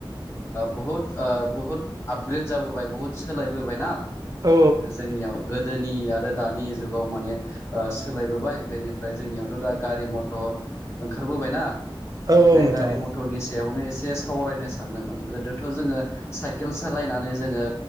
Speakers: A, on the left; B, on the right.
A: बुहुद बुहुद आपग्रेड जाबोबाय बुहुद सोलाय बोबायना
B: औ
A: जोंनियाव गोदोनि आरो दानि जुगाव माने ओ सोलाय बोबाय बेनिफ्राय जोंनियावथ' दा गारि मथर ओंखार बोबायना
B: औ नंगौ
A: बे
B: नोंथां
A: गारि
B: औ नोंथां औ नोंथां औ
A: मथरनि सायावनो एसे सावरायनो सा सानदोंमोन गोदोथ' जोङो साइकेल सालायनानै जोङो